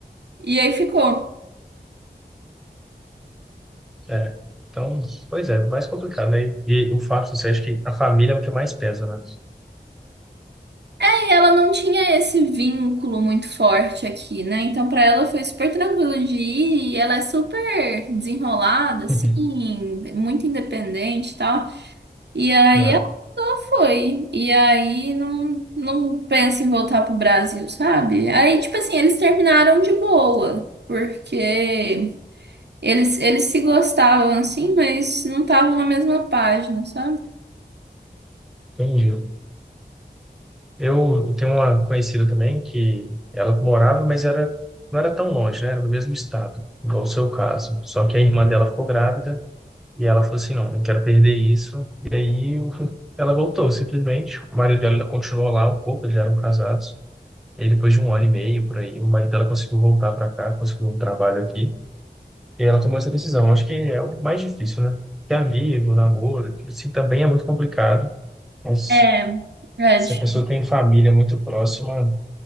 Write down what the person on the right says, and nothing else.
E aí ficou.
Aí ela não tinha esse vínculo muito forte aqui, né? Então pra ela foi super tranquilo de ir. E ela é super desenrolada, assim,
muito independente e tal. E aí
Foi. E aí não, não pensa em voltar pro Brasil, sabe? Aí, tipo assim, eles terminaram de boa, porque eles, eles se gostavam assim, mas não estavam na mesma página, sabe?
É, é
difícil.